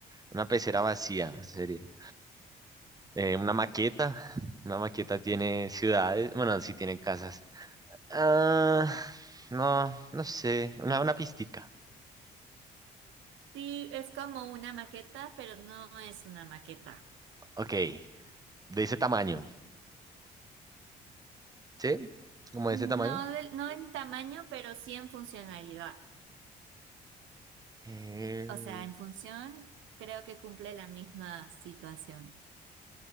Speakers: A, on the right; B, on the right.
A: Una pecera vacía sería. Eh, una maqueta. Una maqueta tiene ciudades. Bueno, sí tiene casas. Ah, no, no sé. Una, una pistica.
B: Sí, es como una maqueta, pero no es una maqueta.
A: Ok. de ese tamaño, ¿sí? Como de
B: No,
A: ese tamaño.
B: del- no en tamaño, pero sí en funcionalidad.
A: Eh,
B: O sea, en función creo que cumple la misma situación.